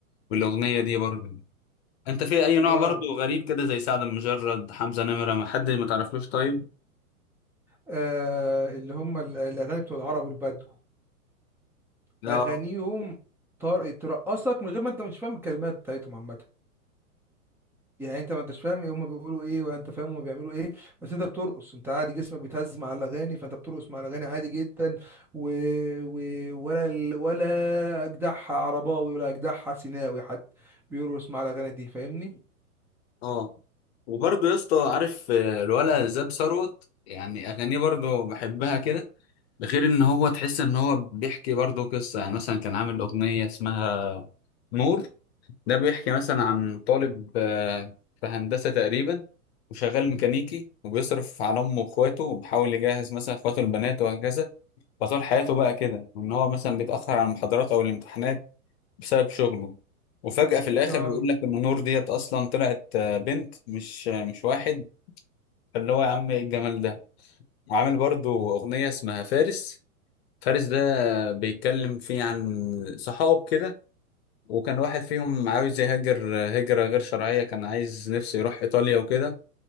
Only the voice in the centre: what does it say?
آه,
آه اللي هم ال- الأغاني بتوع العرب والبدو
اغانيهم طار ترقصك من غير ما انت مش فاهم الكلمات بتاعتهم عامه يعني انت ما انتش فاهم ايه هم بيقولوا ايه ولا انت فاهم هم بيعملوا ايه بس انت بترقص انت عادي جسمك بيتهز مع الاغاني فانت بترقص مع الاغاني عادي جدا و... و... ولا ال- ولا اجدعها عرباوي ولا اجدعها سيناوي حد بيرقص مع الاغاني دي فاهمني
اه